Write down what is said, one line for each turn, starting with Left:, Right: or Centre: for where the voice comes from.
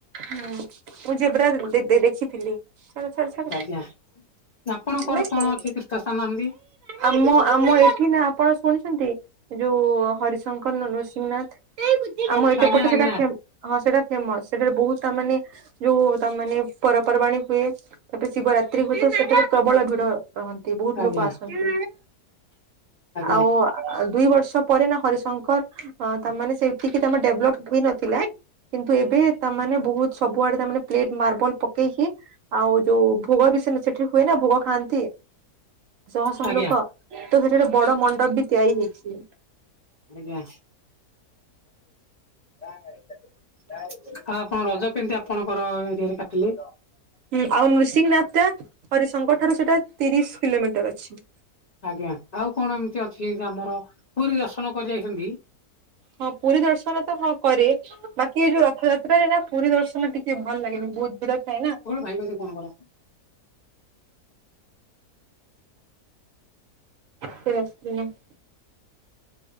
Right: ହୁଁ ମୁଁ ଯେବ୍ରା ଦେ ଦେଖିଥିଲି। ଛାଡ ଛାଡ ଛାଡ
Left: ଆଜ୍ଞା। ଆପଣଙ୍କର
Right: ନାଇଁ
Left: କଣ
Right: ଶୁ
Left: ଅଛି ତୀର୍ଥ ସ୍ଥାନ ଏମିତି?
Right: ଆମ ଆମ ଏଠି ନା ଆପଣ ଶୁଣିଛନ୍ତି? ଏ ଯୋଉ ହରିଶଙ୍କର ନ ନୃସିଂନାଥ ଆମ ଏପ
Left: ଆଜ୍ଞା
Right: ସେପଟେ
Left: ଆଜ୍ଞା
Right: ସେଟା ହଁ ସେଇଟା ଫେମସ ସେଟାରେ ବହୁତ ତା ମାନେ ଯୋଉ ତାମାନେ ପର୍ବ ପର୍ବାଣୀ ହୁଏ ତାପରେ ଶିବରାତ୍ରି ହୁଏ ତ ସେଠରେ ପ୍ରବଳ ଭିଡ ରହନ୍ତି ବହୁତ
Left: ଆଜ୍ଞା
Right: ଲୋକ ଆସନ୍ତି।
Left: ଆଜ୍ଞା।
Right: ଆଉ ଆ ଆ ଦୁଇ ବର୍ଷ ପରେ ନା ହରିଶଙ୍କର ଅ ତାମାନେ ସେଇ ଏତିକି ତମେ ଡେଭଲପ୍ ହେଇନଥିଲା କିନ୍ତୁ ଏବେ ତାମାନେ ବହୁତ ସବୁଆଡେ ତାମାନେ ପ୍ଲେଟ ମାର୍ବଲ ପକେଇକି ଆଉ ଯୋଉ ଭୋଗ ବି ସେ ସେଠି ହୁଏ ନା ଭୋଗ ଖାଆନ୍ତି। ଶହ ଶହ
Left: ଆଜ୍ଞା
Right: ଲୋକ ତ ସେଠାରେ ବଡ ମଣ୍ଡପ ବି ତିଆରି ହେଇଛି।
Left: ଆଜ୍ଞା। ଆଉ ଆପଣ ରଜ କେମତି ଆପଣଙ୍କର ଏରିଆରେ କାଟିଲେ?
Right: ହୁଁ ଆଉ ନୃସିଂହନାଥ ଟା ହରିଶଙ୍କର ଠାରୁ ସେଟା ତିରିଶ କିଲୋମିଟର ଅଛି।
Left: ଆଜ୍ଞା ଆଉ କଣ ଏମିତି ଅଛି ଯେ ଆମର ପୁରୀ ଦର୍ଶନ କରି ଯାଇଛନ୍ତି?
Right: ହଁ ପୁରୀ ଦର୍ଶନ ତ ହଁ କରେ। ବାକି ଏଇ ଯୋଉ ରଥଯାତ୍ରାରେ ନା ପୁରୀ ଦର୍ଶନ ଟିକେ ଭଲ ଲାଗେନି ବହୁତ ଭିଡ ଥାଏ ନା।
Left: ପାଇଗଲେ କଣ କର?
Right: <unintelligible>